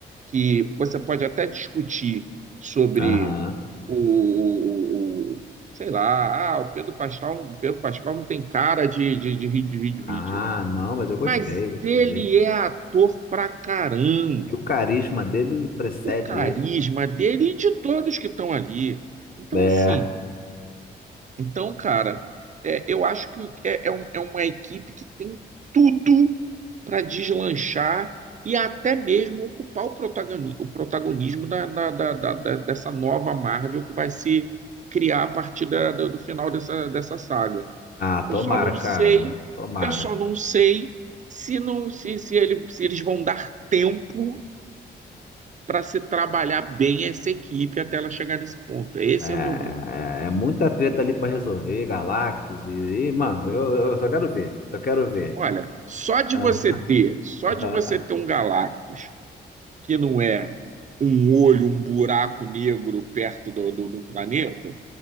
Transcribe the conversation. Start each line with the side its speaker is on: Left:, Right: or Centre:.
Right: que você pode até discutir sobre
Left: Aham.
Right: o, o- o- sei lá, ah, o Pedro Pascal, o Pedro Pascal não tem cara de, de, de, Reed- de Reed Richards.
Left: Ah, não, mas eu gostei,
Right: Mas
Left: gostei.
Right: ele é ator pra caramba.
Left: E o carisma dele precede
Right: O carisma
Left: ele. poxa.
Right: dele e de todos que estão ali. Então,
Left: É.
Right: assim. Então, cara, é, eu acho que é, é um- é uma equipe que tem tudo para deslanchar e até mesmo ocupar o protagoni- o protagonismo da- da- da- da- da- dessa nova Marvel que vai se criar a partir da- da- do final dessa, dessa saga.
Left: Ah, tomara,
Right: Eu só não
Left: cara.
Right: sei,
Left: Tomara.
Right: eu só não sei se não se, se ele- se eles vão dar tempo para se trabalhar bem essa equipe até ela chegar nesse ponto. Esse
Left: É,
Right: é o meu medo.
Left: é, é muita treta ali pra resolver, Galactus e, e, mano, eu, eu só quero ver, só quero ver.
Right: Olha, só de
Left: <laughs>
Right: você ter, só
Left: Ah,
Right: de você ter um Galactus que não é um olho, um buraco negro perto do, do, do planeta,